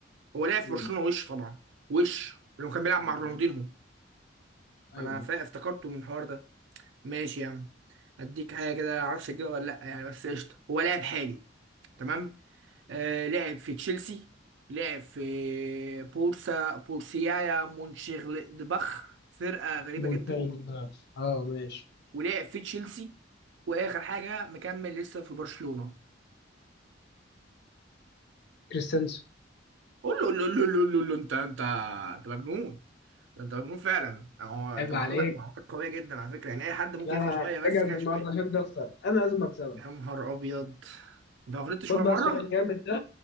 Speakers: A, on the right; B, on the left.
A: هو لعب في
B: مم.
A: برشلونة وش طبعا وش لأنه كان بيلعب مع رونالدينهو
B: ايوه أيوة.
A: أنا فا- افتكرته من الحوار ده ماشي يا عم أديك حاجة كده معرفش أجيبها ولا لأ يعني بس قشطة هو لاعب حالي تمام آه لعب في تشيلسي لعب في بورسا بورسيايا مونشيغلادباخ فرقة غريبة
B: مونتاج
A: جدا
B: اه ماشي
A: ولعب في تشيلسي واخر حاجه مكمل لسه في برشلونه
B: كريستنسو
A: قول له قول له قول له قول له قول له انت انت انت مجنون ده انت مجنون فعلا يعني هو انت
B: عيب
A: معلوماتك
B: عليك
A: معلوماتك قويه جدا على فكره يعني اي حد ممكن
B: لا
A: ياخد
B: لا
A: شويه بس
B: اجهز
A: كده شويه
B: النهارده عشان تخسر انا لازم اكسبك
A: يا نهار ابيض ده ما غلطتش
B: خد
A: ولا
B: بقى
A: مره
B: السؤال الجامد ده